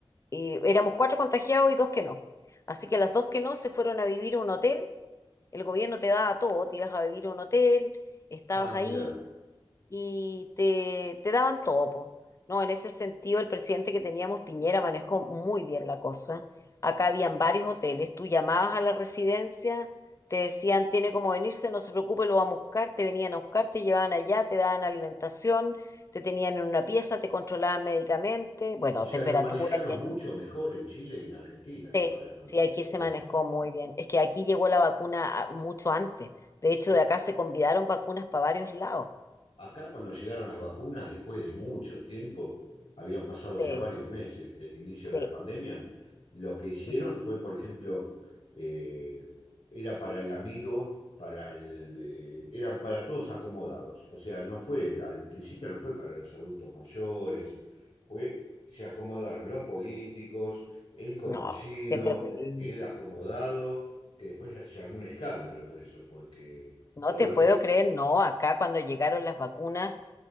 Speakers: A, on the left; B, on the left.
A: y éramos cuatro contagiados y dos que no. Así que las dos que no se fueron a vivir a un hotel. El gobierno te daba todo, te ibas a vivir a un hotel, estabas
B: Ah,
A: ahí
B: mira.
A: y te, te daban todo, po. No, en ese sentido, el presidente que teníamos, Piñera, manejó muy bien la cosa. Acá habían varios hoteles, tú llamabas a la residencia, te decían, tiene como venirse, no se preocupe, lo vamos a buscar, te venían a buscar, te llevaban allá, te daban alimentación, te tenían en una pieza, te controlaban médicamente, bueno,
B: O sea,
A: temperatura
B: lo manejaron
A: y eso.
B: mucho mejor en Chile que en Argentina el
A: Sí,
B: tema de la pandemia,
A: sí, aquí
B: obviamente.
A: se manejó muy bien. Es que aquí llegó la vacuna a- mucho antes. De hecho,
B: Bu-
A: de acá se convidaron vacunas para varios lados.
B: Acá cuando llegaron las vacunas, después de mucho tiempo, habían pasado
A: Sí,
B: ya varios meses del inicio
A: sí.
B: de la pandemia, lo que hicieron
A: ujú.
B: fue, por ejemplo, eh, era para el amigo, para el, eh, eran para todos acomodados. O sea, no fue, al principio no fue para los adultos mayores, fue, se acomodaron los políticos, el conocido,
A: No, qué terrible.
B: el acomodado, que después se armó un escándalo por eso, porque
A: No
B: todos
A: te
B: los,
A: puedo
B: pri-
A: creer, no. Acá cuando llegaron las vacunas,